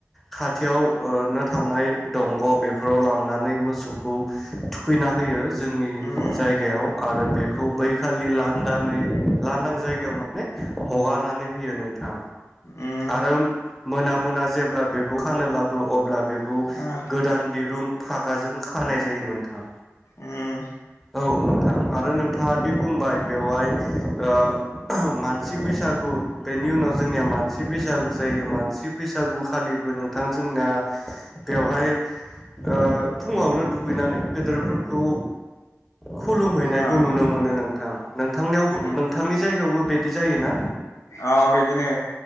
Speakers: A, in the centre; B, on the left.
A: खाथि खाथियाव ओ नो थानाय दंग बेफोराव लांनानै मोसौखौ थुखैना होयो जोंनि
B: उम
A: जायगायाव आरो बे खौ बै खालि लांदांङै लांदां जायगायाव माने हगार नानै होयो नोंथां
B: उम
A: आरो मोना मोना जेब्ला बेखौ खानो लाबो अब्ला बेखौ
B: ओ
A: गोदान दिरुं फागाजों खानाय जायो नों थां
B: उम
A: औ नोंथां आरो नोंथाङा दि बुंबाय बेवहाय ओ मानसि बैसागु बेनि उनाव जोंनिया मान सि बैसागु जायो मान सि बैसागु खालिबो नोंथां जोंना बेवहाय ओ फुङावनो दुगैनानै
B: उम
A: गेदेरफोरखौ खुलुमहैनायखौ
B: ओ
A: नुनो मोनो नोंथां नोंथांनियावबो
B: उम
A: नोंथांनि जायगायावबो बिदि जायोना?
B: औ बेदिनो